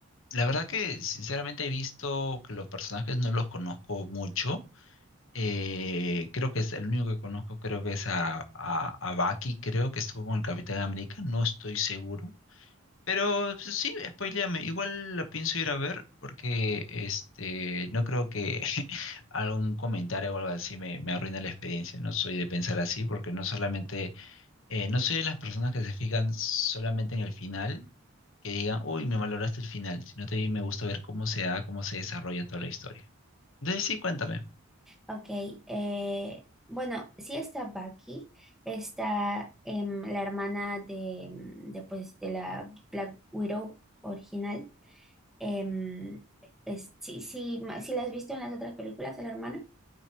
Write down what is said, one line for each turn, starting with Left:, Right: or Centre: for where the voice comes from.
Left: La verdad que sinceramente he visto que los personajes no los conozco mucho. Eh, creo que es el único que conozco, creo que es a, a, a Bucky, creo que estuvo con el Capitán América, no estoy seguro. Pero pues, sí, spoiléame, igual la pienso ir a ver porque este no creo que <laughs> algún comentario o algo así me, me arruine la experiencia. No soy de pensar así porque no solamente, eh, no soy de las personas que se fijan solamente en el final que diga, uy, me valoraste el final, sino también me gusta ver cómo se da, cómo se desarrolla toda la historia. Entonces sí, cuéntame.
Centre: Ok, eh, bueno, sí está Bucky, está em, la hermana de, mm, de, pues, de la Black Widow original. Em, es- sí, sí, ma- sí la has visto en las otras películas, a la hermana.